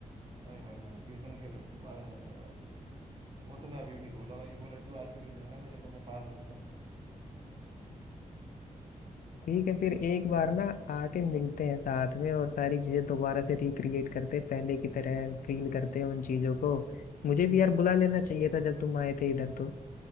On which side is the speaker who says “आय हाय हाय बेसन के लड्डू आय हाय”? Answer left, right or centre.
Right